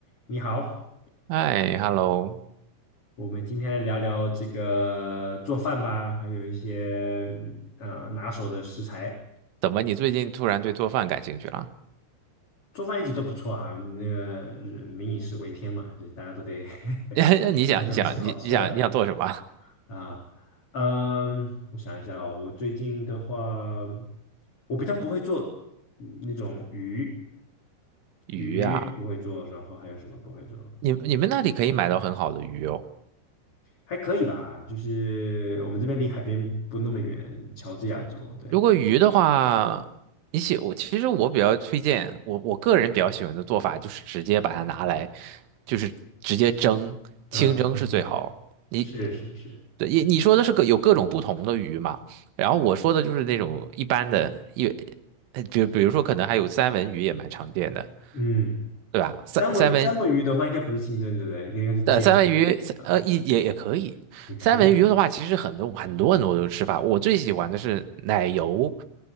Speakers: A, on the left (about 30°); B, on the right (about 85°).
A: 你好，
B: 哎，hello，
A: 我们今天来聊聊这个做饭吧，还有一些呃拿手的食材。
B: 怎么你最近突然对做饭感兴趣了？
A: 做饭一直都不错啊，那个人民以食为天嘛，就是大家都得 <laughs>
B: <laughs> 你想，
A: 都想吃好吃的
B: 你想，你你想，你想做什么啊
A: 啊。嗯，我想一下哦，我最近的话，我比较不会做那种鱼，
B: 鱼啊，
A: 鱼不会做，然后还有什么不会做？
B: 你你们那里可以买到很好的鱼哦。
A: 还可以吧，就是我们这边离海边不那么远，乔治亚州，对。
B: 如果鱼的话，你喜我其实我比较推荐我我个人比较喜欢的做法就是直接把它拿来，就是直接蒸，
A: 啊，
B: 清蒸是最好。
A: 嗯嗯
B: 你
A: 是是是，
B: 对你你说的是个有各种不同的鱼嘛？然后我说的就是那种一般的，一呃比比如说可能还有三文鱼也蛮常见的。
A: 嗯，
B: 对吧？三三分
A: 三文三文鱼的话应该不是清蒸，对不对？应该是煎的
B: 对，三文鱼，
A: 啊，
B: 呃，也也也可以。
A: 也可以，
B: 三文鱼的话，其实很多很多很多种吃法。我最喜欢的是奶油